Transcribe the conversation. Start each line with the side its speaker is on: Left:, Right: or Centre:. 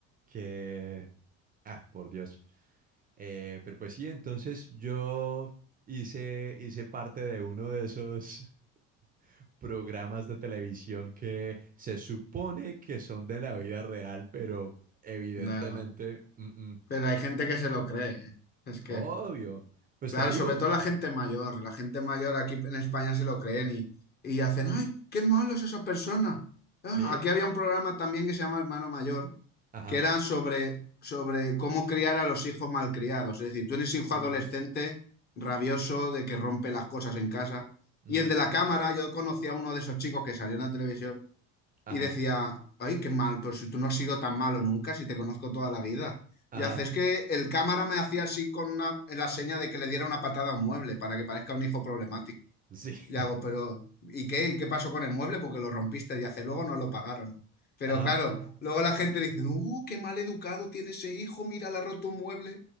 Right: que... Ah, por Dios. Eh, pero pues sí, entonces yo hice, hice parte de uno de esos, programas de televisión que se supone que son de la vida real, pero evidentemente,
Left: No, no.
Right: mm, mm,
Left: Pero hay gente que se lo cree. ¿eh? Es que,
Right: obvio. Pues
Left: claro,
Right: te digo,
Left: sobre todo la gente mayor. La gente mayor aquí en España se lo creen y, y hacen, ¡ay, qué malo es esa persona! Ah,
Right: sí,
Left: aquí había un programa también que se llama Hermano Mayor,
Right: ajá,
Left: que era sobre, sobre cómo criar a los hijos malcriados. Es decir, tú eres hijo
Right: mm,
Left: adolescente, rabioso, de que rompe las cosas en casa.
Right: ujú,
Left: Y el de la cámara, yo conocí a uno de esos chicos que salió en la televisión.
Right: ajá,
Left: y decía, ay, qué mal, pero si tú no has sido tan malo nunca, si te conozco toda la vida.
Right: ajá,
Left: Y hace, es que el cámara me hacía así con una- la seña de que le diera una patada a un mueble para que parezca un hijo problemático.
Right: sí,
Left: Y
Right: <laughs>
Left: hago, pero ¿y qué? ¿Y qué pasó con el mueble? Porque lo rompiste y hace, luego no lo pagaron. Pero
Right: ajá,
Left: claro, luego la gente dice, uh, qué mal educado tiene ese hijo, mira, le ha roto un mueble.